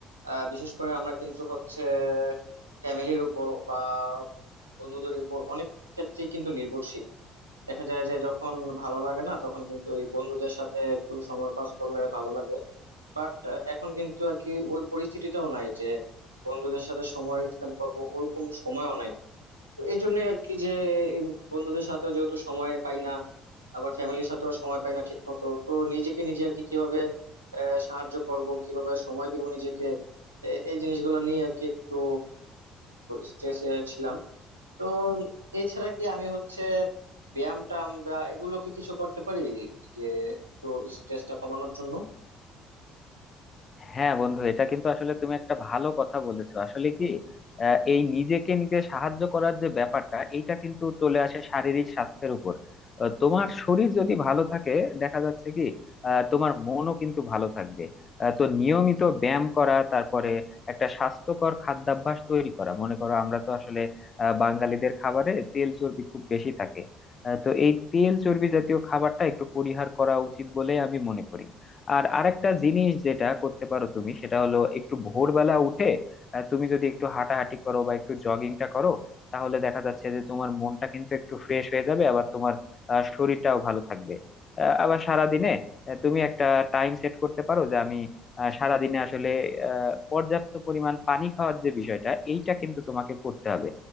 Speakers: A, on the right; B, on the left.
A: আহ, বিশেষ করে আমরা কিন্তু হচ্ছে ফ্যামিলির উপর বা বন্ধুদের উপর অনেক ক্ষেত্রেই কিন্তু নির্ভরশীল দেখা যায় যে যখন ভালো লাগে না তখন কিন্তু এই বন্ধুদের সাথে একটু সময় পাস করলে ভালো লাগে বাট এখন কিন্তু আর কি ওই পরিস্থিতিটাও নাই যে বন্ধুদের সাথে সময় স্পেন্ড করবো ওরকম সময়ও নাই তো এই জন্যই আর কি যে উম, বন্ধুদের সাথেও যেহেতু সময় পাই না আবার ফ্যামিলির সাথেও সময় পাই না ঠিক মতো তো নিজেকে নিজে আর কি কিভাবে আহ, সাহায্য করব কিভাবে সময় দিব নিজেকে এ- এই জিনিসগুলো নিয়ে আর কি একটু স্ট্রেসে ছিলাম তো এছাড়া কি আমি হচ্ছে ব্যায়াম টাম বা এগুলো কি কিছু করতে পারি যে একটু স্ট্রেসটা কমানোর জন্য
B: হ্যাঁ বন্ধু এটা কিন্তু আসলে তুমি একটা ভালো কথা বলেছো আসলে কি আহ, এই নিজেকে নিজে সাহায্য করার যে ব্যাপারটা এটা কিন্তু চলে আসে শারীরিক স্বাস্থ্যের উপর আহ, তোমার শরীর যদি ভালো থাকে দেখা যাচ্ছে কি আহ, তোমার মনও কিন্তু ভালো থাকবে আহ, তো নিয়মিত ব্যায়াম করা তারপরে একটা স্বাস্থ্যকর খাদ্যাভ্যাস তৈরি করা মনে করো আমরা তো আসলে আহ, বাঙালিদের খাবারে তেল চর্বি খুব বেশি থাকে আহ, তো এই তেল চর্বি জাতীয় খাবারটা একটু পরিহার করা উচিত বলে আমি মনে করি আর আরেকটা জিনিস যেটা করতে পারো তুমি সেটা হলো একটু ভোরবেলা উঠে আহ, তুমি যদি একটু হাঁটাহাঁটি করো বা একটু জগিংটা করো তাহলে দেখা যাচ্ছে যে তোমার মনটা কিন্তু একটু ফ্রেশ হয়ে যাবে আবার তোমার আহ, শরীরটাও ভালো থাকবে আহ, আবার সারাদিনে আহ, তুমি একটা টাইম সেট করতে পারো যে আমি আহ, সারাদিনে আসলে আহ, পর্যাপ্ত পরিমাণ পানি খাওয়ার যে বিষয়টা এইটা কিন্তু তোমাকে করতে হবে